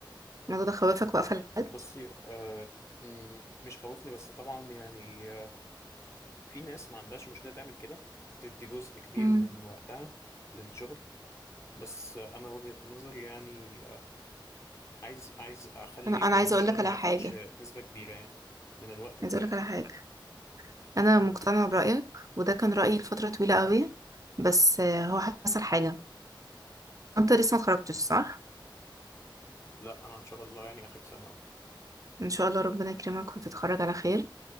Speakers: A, on the right; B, on the left.
A: الموضوع ده خوفك وقفلك بجد؟
B: بصي آه م- مش خوفني بس طبعا يعني آه، في ناس ما عندهاش مشكلة تعمل كده تدي جزء كبير
A: امم
B: من وقتها للشغل بس انا وجهة نظري يعني عايز عايز اخلي
A: انا انا
B: الشغل
A: عايزة اقول لك على
B: ما ياخدش
A: حاجة
B: نسبة كبيرة يعني من الوقت بتاعي
A: عايزة اقول لك على حاجة انا مقتنعه
B: نقول
A: برايك وده كان رايي لفتره طويله قوي بس آه، هو حصل حاجه انت لسه ما اتخرجتش صح
B: لا انا ان شاء الله يعني اخر سنة أهو.
A: ان شاء الله ربنا يكرمك وتتخرج على خير